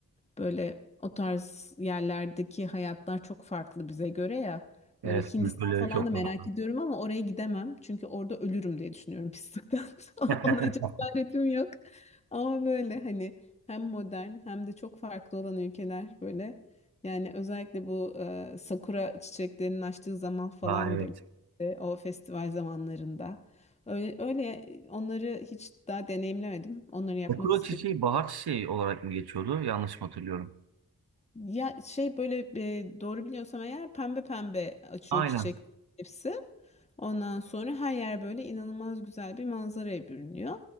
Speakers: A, on the left; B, on the right.
A: Böyle o tarz yerlerdeki hayatlar çok farklı bize göre ya.
B: evet,
A: Böyle Hindistan
B: kültürleri
A: falan
B: çok
A: da merak
B: farklı.
A: ediyorum ama oraya gidemem. Çünkü orada ölürüm diye düşünüyorum pislikten. <laughs>
B: <laughs>
A: Ona cesaretim yok. Ama böyle hani hem modern hem de çok farklı olan ülkeler böyle. Yani özellikle bu e, sakura çiçeklerinin açtığı zaman falan
B: Aa, evet.
A: böyle e, o festival zamanlarında. Öyle, öyle onları hiç daha deneyimlemedim. Onları yapmak
B: Okuro
A: istiyorum.
B: çiçeği bahar çiçeği olarak mı geçiyordu? Yanlış mı hatırlıyorum?
A: Ya şey böyle e, doğru biliyorsam eğer pembe pembe açıyor
B: Aynen.
A: çiçek hepsi. Ondan sonra her yer böyle inanılmaz güzel bir manzaraya bürünüyor.